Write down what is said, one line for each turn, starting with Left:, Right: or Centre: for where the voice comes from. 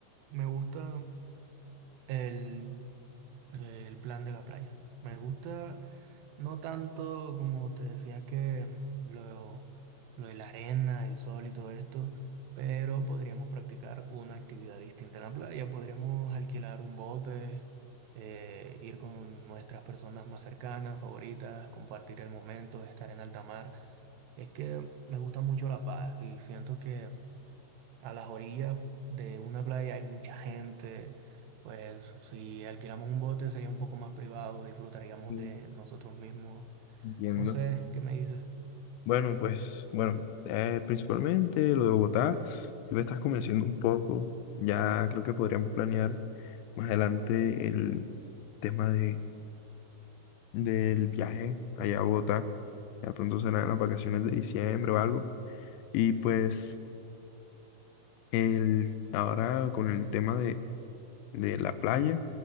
Right: Me gusta el eh, el plan de la playa. Me gusta no tanto como te decía que lo, lo de la arena, el sol y todo esto, pero podríamos practicar una actividad distinta en la playa. Podríamos alquilar un bote, eh, ir con nuestras personas más cercanas, favoritas, compartir el momento, estar en alta mar. Es que me gusta mucho La Paz y siento que a las orillas de una playa hay mucha gente, pues si alquilamos un bote sería un poco más privado, disfrutaríamos
Left: Mm.
Right: de nosotros mismos.
Left: Entiendo.
Right: No sé, ¿qué me dices?
Left: Bueno, pues, bueno, eh, principalmente lo de Bogotá, si me estás convenciendo un poco, ya creo que podríamos planear más adelante el tema de, del viaje allá a Bogotá, ya pronto serán las vacaciones de diciembre o algo, y pues el, ahora con el tema de, de la playa